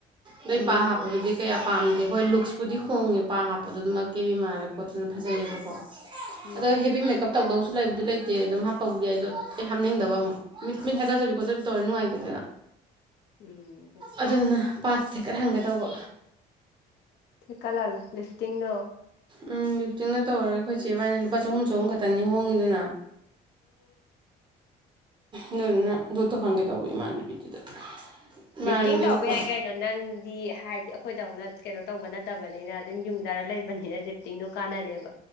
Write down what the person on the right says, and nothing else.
ꯅꯣꯏ
ꯄꯥ ꯍꯥꯞꯄꯗꯨꯗꯤ ꯀꯌꯥꯝ ꯄꯥꯝꯗꯦ ꯍꯣꯏ ꯂꯨꯛꯁꯄꯨꯗꯤ ꯍꯣꯡꯉꯦ ꯄꯥ ꯍꯥꯞꯄꯗꯣ ꯑꯗꯨ ꯃꯥ ꯀꯦꯕꯤ ꯃꯥꯜꯂ ꯈꯣꯠꯇꯅ ꯐꯖꯩꯌꯦꯕꯀꯣ
ꯑꯗꯣ ꯍꯦꯕꯤ ꯃꯦꯛ ꯀꯞ ꯇꯧꯗꯧꯁꯨ ꯂꯩꯕꯨꯗꯤ ꯂꯩꯇꯦ ꯑꯗꯨꯝ ꯍꯥꯞꯄꯕꯨꯗꯤ ꯑꯩꯗꯣ ꯑꯩ ꯍꯥꯞꯅꯤꯡꯗꯕ ꯑꯃꯨꯛ ꯃꯤꯠ ꯃꯤꯠ ꯍꯥꯒꯠꯖꯕꯤ ꯈꯣꯠꯆꯕꯤ ꯇꯧꯔꯗꯤ ꯅꯨꯡꯉꯥꯏꯇꯦꯗꯅ
ꯑꯗꯨꯗꯨꯅ ꯄꯥ ꯊꯦꯀꯠꯍꯟꯒꯦ ꯇꯧꯕ
ꯎꯝ ꯂꯤꯞꯇꯤꯡꯗ ꯇꯧꯔ ꯈꯣꯏ ꯆꯦ ꯏꯕꯥꯅꯤ ꯂꯨꯄꯥ ꯆꯍꯨꯝ ꯆꯍꯨꯝ ꯈꯠ ꯇꯅꯤ ꯍꯣꯡꯉꯤꯗꯅ ꯗꯨꯗꯨꯅ ꯑꯗꯨ ꯇꯧꯍꯟꯒꯦ ꯇꯧꯕ ꯏꯃꯥꯟꯅꯕꯤꯗꯨꯗ ꯏꯃꯥꯟꯅꯕꯤꯗꯣ
ꯑꯩꯈꯣꯏ